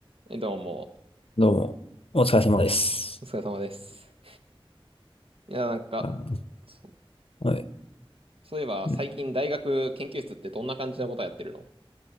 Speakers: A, on the right (about 75°); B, on the left (about 75°).
A: はいどうも、
B: どうも、お疲れ様です。
A: お疲れ様です。いや、なんか、
B: あー、
A: そ、
B: はい。
A: そういえば、
B: うん
A: 最近大学研究室ってどんな感じのことやってるの